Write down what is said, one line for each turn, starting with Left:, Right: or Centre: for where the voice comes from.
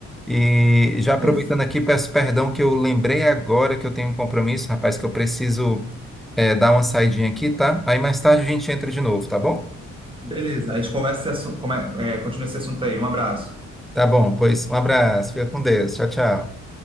Centre: E já aproveitando
Right: Ex-
Centre: aqui, peço perdão que eu lembrei agora que eu tenho um compromisso, rapaz, que eu preciso eh, dar uma saidinha aqui, tá? Aí mais tarde a gente entra de novo, tá bom?
Right: Beleza, a gente conversa esse assunto, come- é, é, continua esse assunto aí. Um abraço.
Centre: Tá bom, pois um abraço, fica com Deus, tchau, tchau.